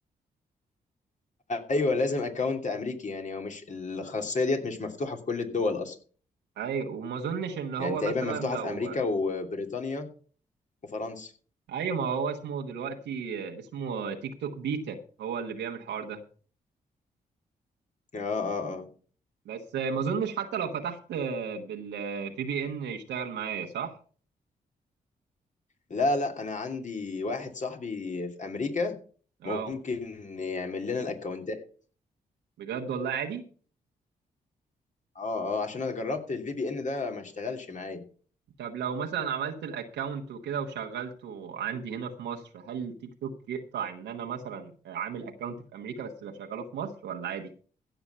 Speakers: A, on the left (about 45°); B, on the right (about 85°).
A: ايوه لازم اكونت امريكي يعني هو مش الخاصيه ديت مش مفتوحه في كل الدول اصلا
B: أيوة وما أظنش إن هو
A: يعني تقريبا
B: مثلا
A: مفتوحه
B: لو
A: في امريكا وبريطانيا وفرنسا
B: أيوة ما هو اسمه دلوقتي اسمه تيك توك بيتا هو اللي بيعمل الحوار ده
A: اه اه اه
B: بس ما أظنش حتى لو فتحت بال في بي إن يشتغل معايا صح؟
A: لا لا انا عندي واحد صاحبي في امريكا
B: اه
A: ممكن يعمل لنا الاكونتات
B: بجد والله عادي
A: اه اه عشان انا جربت الفي بي ان ده ما اشتغلش معايا
B: طب لو مثلا عملت الاكونت وكده وشغلته عندي هنا في مصر هل تيك توك يقطع ان انا مثلا عامل اكونت في امريكا بس بشغله في مصر ولا عادي